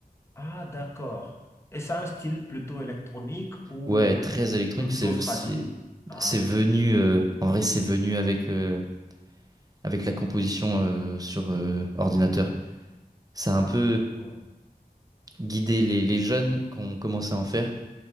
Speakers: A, on the left; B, on the right.
A: Ah, d'accord. Et c'est un style plutôt électronique ou
B: Ouais, très électronique.
A: plutôt
B: C'est
A: tradi?
B: c'est
A: Ah,
B: c'est venu euh, en vrai, c'est venu avec euh, avec la composition euh, sur euh, ordinateur. Ça
A: ah,
B: a un peu
A: d'accord.
B: guidé les, les jeunes qui ont commencé à en faire.